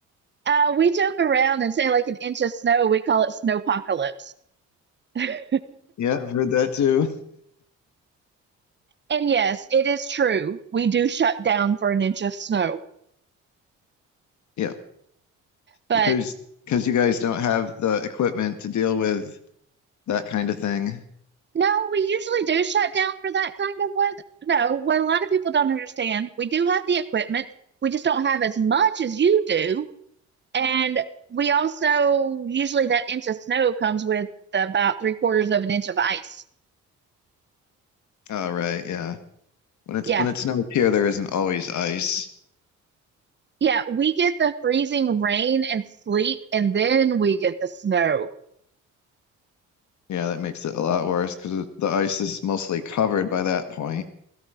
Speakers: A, on the right (about 35°); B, on the left (about 70°).
A: Uh, we joke around and say like an inch of snow. We call it snowpocalypse. <laughs> and
B: Yeah, I've heard that too.
A: yes, it is true. We do shut down for an inch of snow.
B: Yeah,
A: But
B: because because you guys don't have the equipment to deal with that kind of thing.
A: No, we usually do shut down for that kind of weather. No, what a lot of people don't understand, we do have the equipment. We just don't have as much as you do. And we also usually that inch of snow comes with about three quarters of an inch of ice.
B: Oh, right. Yeah. When it's
A: Yeah.
B: when it snows here, there isn't always ice.
A: Yeah. We get the freezing rain and sleet, and then we get the snow.
B: Yeah, that makes it a lot worse because the ice is mostly covered by that point.